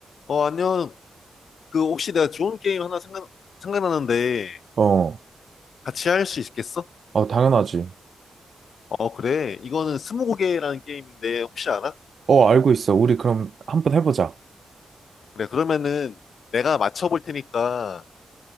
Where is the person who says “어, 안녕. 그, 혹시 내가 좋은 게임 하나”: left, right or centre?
Left